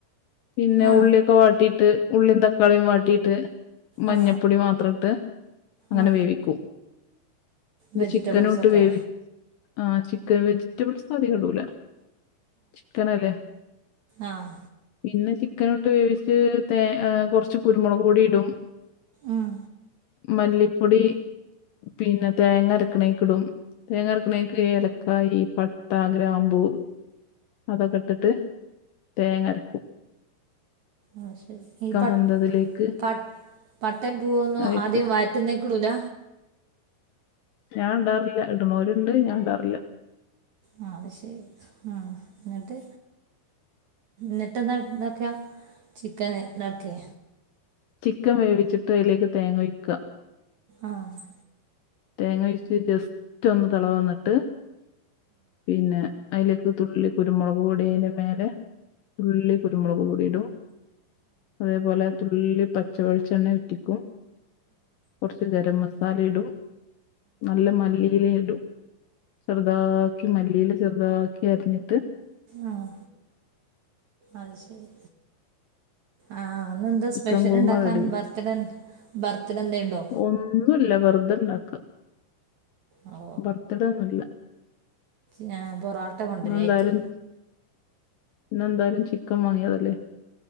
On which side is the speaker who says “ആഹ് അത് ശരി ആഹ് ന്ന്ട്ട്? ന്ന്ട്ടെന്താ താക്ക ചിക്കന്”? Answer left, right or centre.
Right